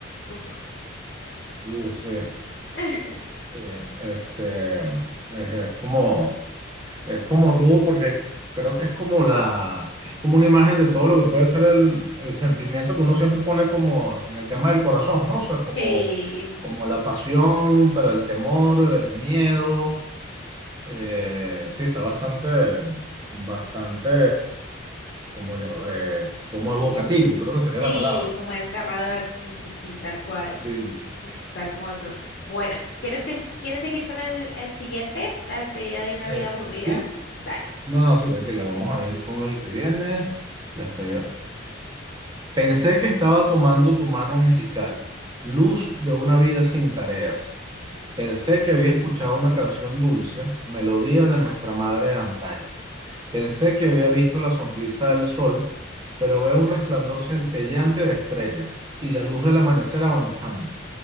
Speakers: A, on the left; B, on the right.
A: Uf.
B: Uh, sí,
A: <laughs>
B: sí, este, es, es como, es como rudo porque creo que es como la, es como una imagen de todo lo que puede ser el, el sentimiento que uno siempre pone como en el tema del corazón, ¿no? O sea, como,
A: Sí.
B: como la pasión, pero el temor, el miedo. eh, sí, está bastante, bastante como, eh, como evocativo,
A: Sí.
B: creo
A: Sí,
B: que sería la palabra.
A: como desgarrador, sí, sí, sí, tal cual.
B: Sí,
A: Uf, está hermoso. Bueno, ¿quieres que quieres seguir con el, el siguiente? La despedida de una
B: eh,
A: vida aburrida.
B: sí,
A: Dale.
B: No, no, sí, que le vamos a ir con el que viene. La espe- Pensé que estaba tomando tu mano angelical, luz de una vida sin tareas. Pensé que había escuchado una canción dulce, melodía de nuestra madre de antaño. Pensé que había visto la sonrisa del sol, pero veo un resplandor centelleante de estrellas y la luz del amanecer avanzando.